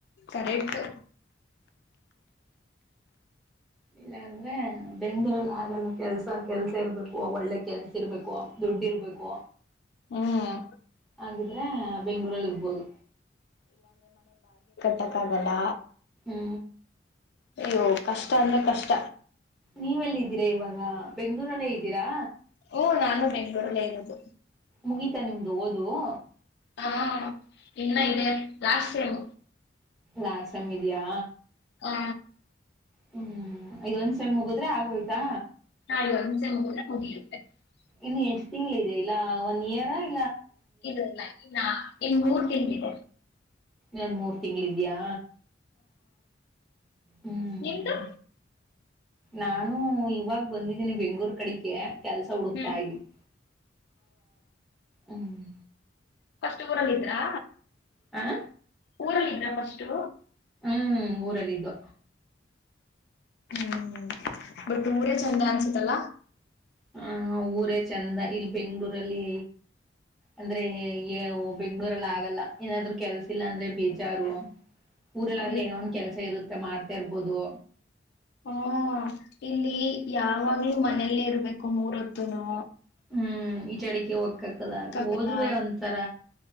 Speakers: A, on the left (about 65°); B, in the centre.
A: ಕರೆಟು.
B: ಇಲ್ಲ ಅಂದ್ರೆ ಬೆಂಗ್ಗಳೂರ್ ಆಗಲ್ಲ ಕೆಲ್ಸ ಕೆಲ್ಸ ಇರ್ಬೇಕು ಒಟಿ ಕೆಲಸಿರ್ಬೇಕು ದುಡ್ಡಿರ್ಬೇಕು
A: ಹ್ಮ್
B: ಹಾಗಿದ್ರೆ ಬೆಂಗಳೂರಲ್ಲಿ ಇರ್ಬೋದು.
A: ಕಟ್ಟಕಾಗಲ್ಲ.
B: ಹ್ಮ
A: ಅಯ್ಯೋ ಕಷ್ಟ ಅಂದ್ರೆ ಕಷ್ಟ
B: ನೀವೆಲ್ಲ ಇದ್ದೀರಾ ಇವಾಗ ಬೆಂಗ್ಗಳೂರಲ್ಲೇ ಇದ್ದೀರಾ
A: ಹ್ಮ ನಾನು ಬೆಂಗ್ಳೂರಲ್ಲೇ ಇರೋದು
B: ಮುಗಿತಾ ನಿಮ್ದು ಓದು <unintelligible>
A: ಹಾ ಇನ್ನ ಇದೆ ಲಾಸ್ಟ್ ಸೇಮ್
B: ಲಾಸ್ಟ್ ಸೇಮ್ ಇದಿಯಾ
A: ಹಾ
B: ಹ್ಮ್ ಇದೊಂದ್ಸ್ ಮುಗುದ್ರೆ ಆಗೋಯ್ತಾ
A: ಇವಾಗ ಒಂದ್ ಸೆಮ್ ಮುಗಿದ್ರೆ <unintelligible>
B: ಇನ್ನು ಎಷ್ಟು ತಿಂಗಳ ಇದೆ ಇಲ್ಲ ಒನ್ ಇಯರ್ ಆಗ
A: ಇಲ್ಲ ಇಲ್ಲ ಇನ್ನ ಇನ್ ಮೂರ್ ತಿಿಂದಿದೆ
B: ನನ್ ಮೂರ್ ತಿಂಗ್ಳಿದ್ಯಾ ಹ್ಮ್
A: ನಿಮ್ದು
B: ನಾನು ಇವಾಗ ಬಂದಿದ್ದೀನಿ ಬೆಂಗಳೂರು ಕಡಿಕೆ ಕೆಲ್ಸ ಹುಡುಕ್ತಾ
A: ಹ್ಮ್
B: ಇದೀವಿ ಹ್ಮ್
A: ಫಸ್ಟ್ ಊರಲ್ ಇದ್ರಾ
B: ಆ
A: ಊರಲ್ಲ ಇದ್ರ ಫಸ್ಟು
B: ಹ್ಮ್ ಊರಲ್ಲಿದ್ದು
A: ಹ್ಮ್ ಬಟ್ ಊರ ಚಂದ ಅನ್ಸತಲ್ಲ
B: ಹ ಊರೇ ಚಂದ ಇಲ್ಲಿ ಬೆಂಗ್ಳೂರಲ್ಲಿ ಅಂದ್ರೆ ಬೆಂಗ್ಳೂರಲ್ಲಿ ಆಗಲ್ಲ ಏನಾದ್ರು ಕೆಲ್ಸಿಲ್ಲ ಅಂದ್ರೆ ಬೀಜಾರು ಊರಲ್ಲಾದ್ರ
A: ಅಯ್ಯೋ
B: ಏನೋ ಒ್ ಕೆಸ ಇರುೆ ಮ ಮಾಡ್ತಾ ಇರ್ಬೋದು
A: ಹ್ಮ ಇಲ್ಲಿ ಯಾವಾಗ್ಲೂ ಮನೇಲ್ಲೇ ಇರ್ಬೇಕು ಮೂರತ್ತುನು
B: ಹ್ಮ್ ಈ ಚಡಿಿಗೆ ಹೋಗ್ತ ಕ್ಕಕ್ಕಲ್ಲ
A: ಆಗಲ್ಲ
B: ಹೋದ್ರೇ ಒಂಥರ